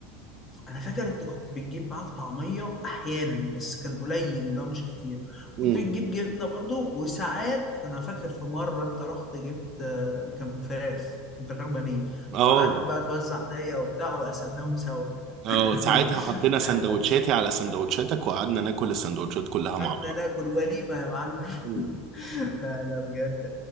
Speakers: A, on the left (about 25°); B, on the right (about 45°).
A: انا فاكر انت كنت بتجيب معاك طعميه احيانا بس كان قليل اللي هو مش كتير
B: امم
A: كنت بتجيب جبنه برضو وساعات انا فاكر في مره انت رحت جبت آه، كان فراخ كان فراخ بانيه
B: اه
A: وقعدت بقى توزع عليا وبتاع وقسمناهم سوا
B: اه
A: <laughs>
B: ساعتها حطينا
A: لا
B: سندوتشاتي
A: لا ده
B: على سندوتشاتك وقعدنا ناكل السندوتشات كلها مع
A: قعدنا
B: بعض
A: ناكل وليمه يا معلم
B: مم.
A: <laughs> لا لا بجد